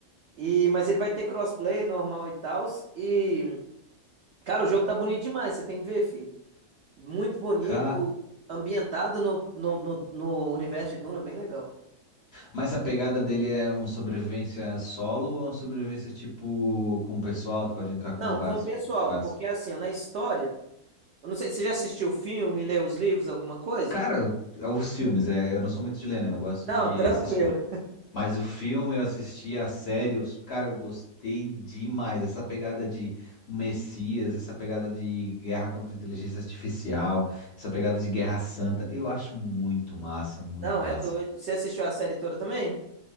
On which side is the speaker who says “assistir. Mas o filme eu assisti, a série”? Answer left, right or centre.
Left